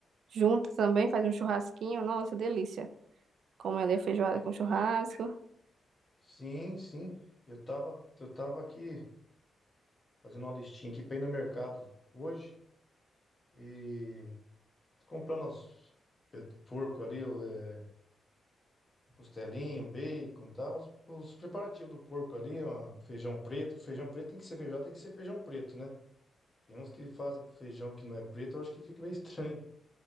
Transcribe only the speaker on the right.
junto também faz um churrasquinho. Nossa, delícia. Como ela é feijoada
com churrasco.